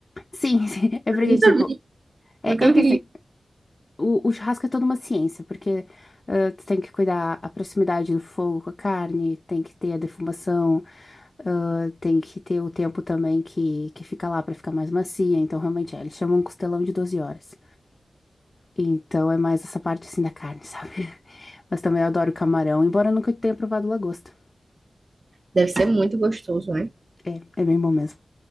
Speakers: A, on the left; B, on the right.
A: Sim, <laughs> sim. É
B: <laughs>
A: porque,
B: Nunca
A: tipo,
B: vi,
A: é,
B: nunca
A: é que
B: vi.
A: assim, o, o churrasco é toda uma ciência, porque ah, tu tem que cuidar a proximidade do fogo com a carne, tem que ter a defumação, ah, tem que ter o tempo também que, que fica lá pra ficar mais macia. Então, realmente, é, eles chamam um costelão de 12 horas. Então, é mais essa parte assim da carne, <laughs> sabe? Mas também eu adoro camarão, embora eu nunca tenha provado lagosta.
B: Deve ser muito gostoso, né?
A: É, é bem bom mesmo.